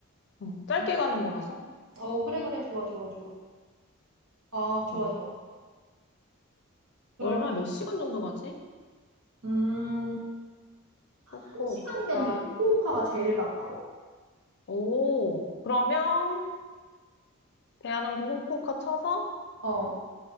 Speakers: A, on the left; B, on the right.
A: 어, 짧게
B: 응.
A: 가는 거라서
B: 어, 그래, 그래. 좋아, 좋아, 좋아. 아, 좋아,
A: 어,
B: 좋아. 그러면,
A: 얼마 몇 시간 정도 가지?
B: 음, 한
A: 후쿠오카
B: 시간이면 돼. 후쿠오카가 제일 가까워.
A: 오 그러면 대한항공 후쿠오카 쳐서
B: 어,